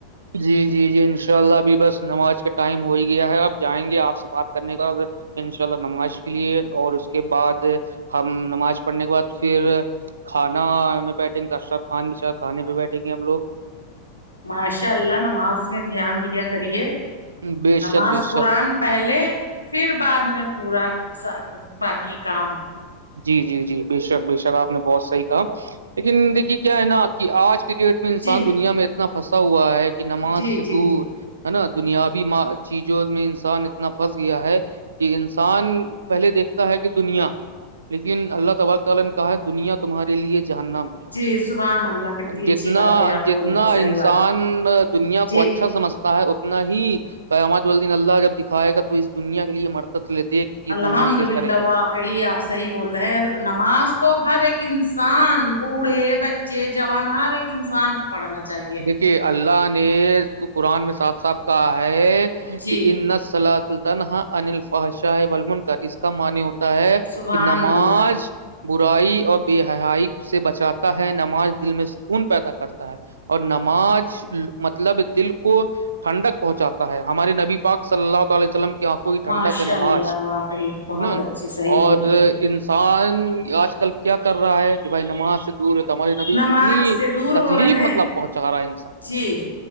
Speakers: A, on the right; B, on the left.
A: جی جی جی انشاء اللہ ابھی بس نماز کا ٹائم ہو ہی گیا ہے اپ جائیں گے آپ سے بات کرنے کا ان شاء اللہ نماز کے لیے اور اس کے بعد ہم نماز پڑھنے کے بعد پھر کھانا میں بیٹھیں گے درشر خانچار کانے میں بیٹھیں گے ہم لوگ
B: ماشاء اللہ نماز میں دھیان دیا کریے
A: لوگ بے
B: نماز
A: شک بے
B: قرآن
A: شک
B: پہلے پھر بعد میں پورا باقی کام
A: جی جی جی بے شک بے شک آپ نے بہت صحیح کہا لیکن دیکھیے کیا ہے نا کہ آج کی ڈیٹ انسان
B: جی
A: دنیا میں اتنا پھنسا ہوا ہے کہ نماز
B: جی
A: سے
B: جی
A: دور
B: جی
A: ہے نا دنیابی چیزوں میں انسان اتنا پھنس گیا ہے کہ انسان پہلے دیکھتا ہے کہ دنیا لیکن اللہ تبارک تعی نے کہا دنیا تمہارے لیے جہانناا
B: جی سبحان اللہ کتنی
A: جتنا
B: اچھی بات ہے آپ
A: جتنا
B: بول رہے ہیں صحیح
A: انسان
B: بات ہے
A: دنیا کو
B: جی
A: اچھا سمجھ ہے اتنا ہی قیامت والدین اللہ جب دکھائے گا تو اس دنیا کے لیے مرتب لے دیکھ یہ
B: الحمد
A: دنیا کس
B: للہ
A: طرح کا
B: واقعی آپ صحیح بول رہے ہیں نماز تو ہر ایک انسان بوڑھے بچے جوان ہر ایک انسان کو پڑھانا چاہیے
A: کہ اللہ نے قرآن میں صاف صاف کہا ہے
B: جی
A: کہ ان نسل سلطان ہاں ان الفاشاہ بلمنک اس کا منی ہوتا ہے
B: سبحان
A: کہ نماز
B: اللہ
A: برائی اور بے حائی سے بچاتا ہے نماز دل میں سکون پیدا کرتا ہے اور نماز مطلب دل کو ٹھنڈک پہنچاتا ہے ہمارے نبی اک سلہ تعلیہ وسلم آنکھوں کی ٹھنڈا
B: ماشاء
A: کیا نماز
B: اللہ واقعی بہت
A: ہے نا
B: اچھی صحیح
A: اور
B: بولے ہیں
A: انسان آج کل کیا کر رہا ہے کہ بھائی نماز سے دور ہے تو ہماری نبی
B: نماز
A: کتنی
B: سے دور
A: تکلیف
B: ہو رہے
A: مطلب
B: ہیں
A: پہنچا رہا انسان
B: جی